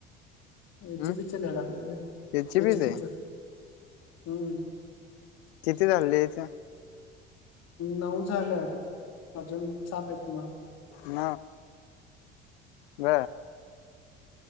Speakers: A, on the left (about 50°); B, on the left (about 70°).
A: हची
B: हम्
A: पिच नाही हग
B: याची
A: हची
B: बीच आहे
A: पिच हम्म
B: किती झाललेथं
A: नऊ झाल्यात अजून सात येत ना बाकी त
B: ह ब